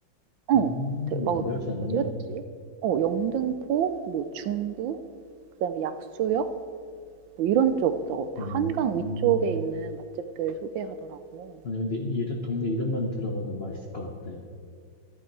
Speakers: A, on the right (about 75°); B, on the left (about 45°).
A: 어.
B: 음,
A: 대- 막
B: 멀지 않네.
A: 어디였지? 어, 영등포, 뭐 중구, 그다음에 약수역 뭐 이런 쪽, 어, 다
B: 음,
A: 한강 위쪽에 있는 맛집들 소개하더라고.
B: 아니, 근데 이름, 동네 이름만 들어가도 맛있을 것 같아요.